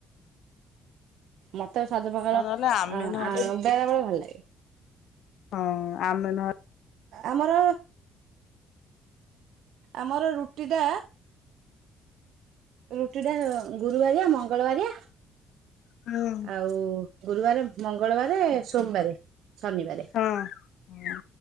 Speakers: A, on the right; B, on the left.
A: ମତେ ସାଜୁ ପକାଳ
B: ଆଉ ନହେଲେ ଆମେ
A: ଅ
B: ନହେଲେ ରୁଟି।
A: ବେଳେ ବେଳେ ଭଲ ଲାଗେ।
B: ହଁ ଆମେ ନହେ
A: ଆମର ଆମର ରୁଟିଟା ରୁଟି ଟା ଗୁରୁବାରିଆ ମଙ୍ଗଳବାରିଆ
B: ହଁ।
A: ଆଉ ଗୁରୁବାର ମଙ୍ଗଳବାର ସୋମବାରେ ଶନିବାରେ।
B: ହଁ ହଁ।